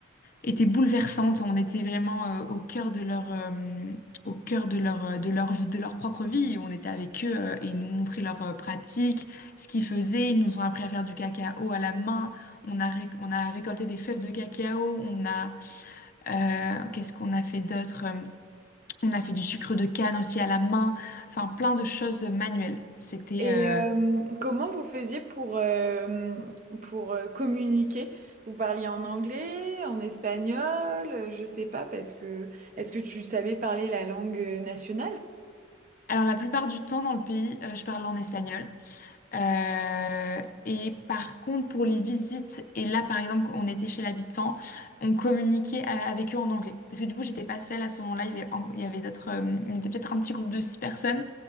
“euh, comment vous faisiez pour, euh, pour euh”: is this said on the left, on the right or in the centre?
Right